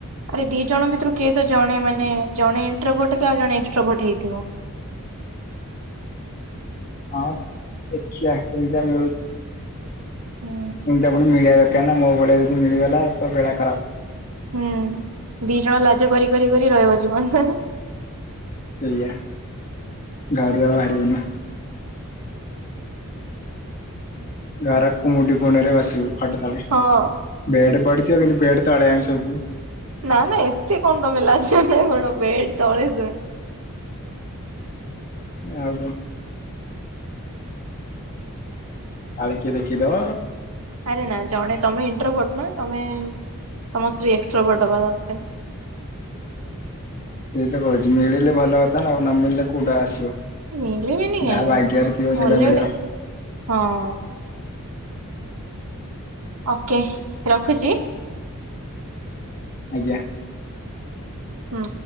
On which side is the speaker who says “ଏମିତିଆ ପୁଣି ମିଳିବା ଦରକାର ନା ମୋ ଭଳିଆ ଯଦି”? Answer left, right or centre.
Left